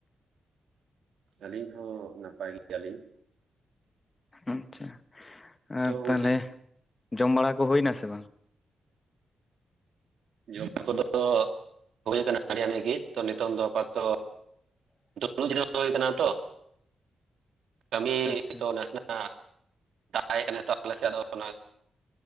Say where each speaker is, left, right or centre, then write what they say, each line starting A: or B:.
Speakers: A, on the right; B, on the left.
A: ᱟᱹᱞᱤᱧ ᱦᱚᱸ ᱱᱟᱯᱟᱭ ᱜᱮᱭᱟᱞᱤᱧ
B: ᱟᱪᱪᱷᱟ ᱟᱨ
A: ᱛᱚ ᱜᱚᱝᱠᱮ
B: ᱛᱟᱦᱞᱮ ᱡᱚᱢ ᱵᱟᱲᱟ ᱠᱚ ᱦᱩᱭ ᱱᱟ ᱥᱮ ᱵᱟᱝ
A: ᱡᱚᱢ ᱠᱚᱫᱚ ᱦᱳᱭ ᱟᱠᱟᱱᱟ ᱵᱟᱨᱭᱟ ᱜᱮ ᱛᱚ ᱱᱤᱛᱚᱝ ᱫᱚ ᱟᱯᱟᱛᱛᱚ ᱫᱩᱲᱩᱵ ᱡᱤᱨᱟᱣ ᱦᱩᱭ ᱠᱟᱱᱟ ᱛᱚ ᱠᱟᱹᱢᱤ
B: ᱟᱪᱪᱷᱟ
A: ᱛᱚ ᱱᱟᱥᱮᱱᱟᱜ ᱫᱟᱭ ᱠᱟᱱᱟ ᱛ ᱟᱞᱮ ᱥᱮ ᱟᱫᱚ ᱚᱱᱟ <unintelligible>